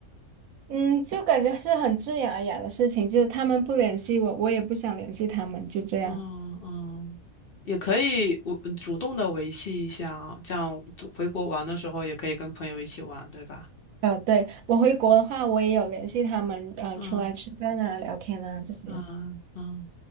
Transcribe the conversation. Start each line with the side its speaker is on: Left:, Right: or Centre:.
Right: 嗯，就感觉是很自然而然的事情，就他们不联系我，我也不想联系他们，就这样。
Left: 嗯嗯，也可以我主动的维系一下啊，这样回国玩的时候也可以跟朋友一起玩，对吧？
Right: 哦，对，我回国的话，我也有联系他们，呃，
Left: 嗯。
Right: 出来吃饭啊、聊天啊这些。
Left: 嗯嗯，